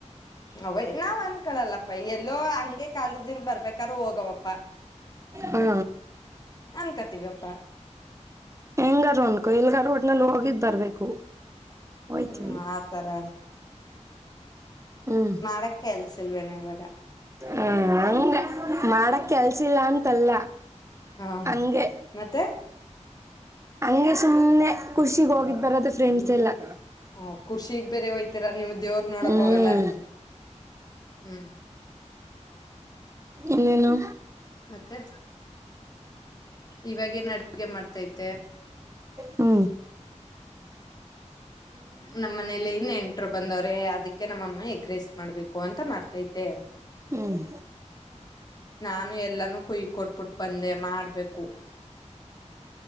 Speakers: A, on the left (about 30°); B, on the right (about 25°).
A: ಅವ ನಾವ್ ಅನ್ಕಳಲ್ಲಪ್ಪ ಎಲ್ಲೋ ಹಂಗೆ ಕಾಲಿದ್. ನ್ ಬರ್ಬೇಕಾರ ಹೋಗವಪ್ಪ
B: ಹಾ
A: ಅನ್ಕತ್ತಿವಪ್ಪಾ.
B: ಹೆಂಗಾರ ಒನ್ಕು ಎಲ್ಗ ರೋಡ್ ನಲ್ಲಿ ಹೋಗಿದ್ ಬರ್ಬೇಕು. ಹೋಯ್ತೀವಿ
A: ಹ್ಮ್ ಆತರ.
B: ಹ್ಮ್
A: ಮಾಡಕ ಎಲ್ಸಿಲ್ವೇನ ಇವಾಗ.
B: ಹ ಹಂಗ ಮಾಡಕ್ ಕೆಲ್ಸಿಲ್ಲ ಅಂತಲ್ಲ.
A: ಹ
B: ಹಾಂಗೆ
A: ಮತ್ತೆ
B: ಹಂಗೆ ಸುಮ್ಮ್ನೆ ಖುಷಿಗೆ ಹೋಗಿದ್ ಬರದ ಫ್ರೆಂಡ್ಸ್ ಎಲ್ಲಾ.
A: ಹಓ ಖುಷಿಗ್ ಬೇರೆ ಹೊಯ್ತರ ನೀವು ದೇವ್ರ ನೋಡಕ್
B: ಹ್ಮ್
A: ಹೋಗಲ್ಲ ನಿಮ್. ಹ್ಮ್.
B: ಇನ್ನೇನು.
A: ಮತ್ತೆ ಇವಾಗೇನ್ ಅಡುಗೆ ಮಾಡ್ತೈತೆ.
B: ಹ್ಮ.
A: ನಮ್ಮ್ ಮನೆ ಯಲ್ಲಿ ನೆಂಟರ್ ಬಂದರ್. ಅದಕ್ಕೆ ನಮ್ಮ ಅಮ್ಮ ಎಗ್ ರೈಸ್ ಮಾಡ್ಬೇಕು ಅಂತ ಮಾಡ್ತೈತೆ.
B: ಹ್ಮ್
A: ನಾನು ಎಲ್ಲಾನೂ ಕುಯಕೊಟ್ಬಿಟ್ಟು ಬಂದೆ ಮಾಡ್ಬೇಕು.